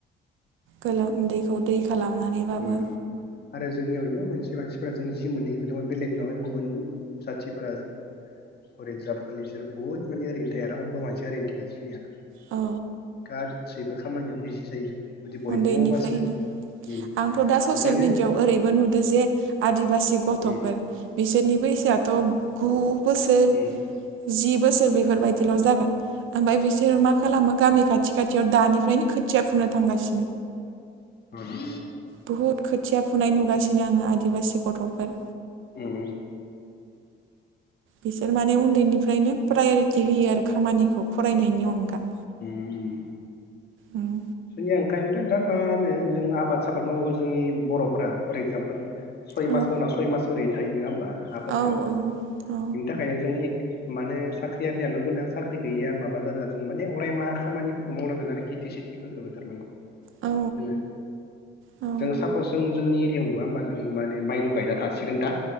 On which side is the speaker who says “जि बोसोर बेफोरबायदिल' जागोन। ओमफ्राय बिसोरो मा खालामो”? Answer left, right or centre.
Right